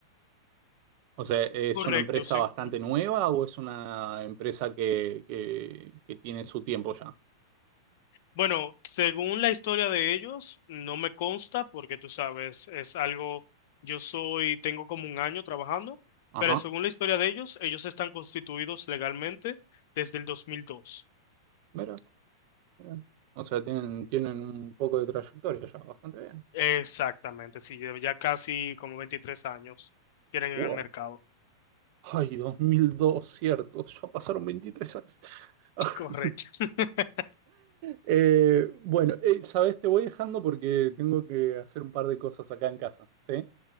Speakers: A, on the right (about 45°); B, on the left (about 50°).
A: O sea, ¿es
B: Correcto,
A: una empresa
B: sí.
A: bastante nueva o es una empresa que, que, que tiene su tiempo ya?
B: Bueno, según la historia de ellos, no me consta porque tú sabes, es algo, yo soy, tengo como un año trabajando,
A: Ajá,
B: pero según la historia de ellos, ellos están constituidos legalmente desde el 2002.
A: mira, mira. O sea, tienen, tienen un poco de trayectoria ya, bastante bien.
B: Exactamente, sí. Ya ya casi como 23 años tienen
A: Wow.
B: en el mercado.
A: Ay, 2002, cierto. Ya pasaron 23 años. <laughs>
B: Correcto. <laughs>
A: Eh, bueno, eh, sabes, te voy dejando porque tengo que hacer un par de cosas acá en casa, ¿sí?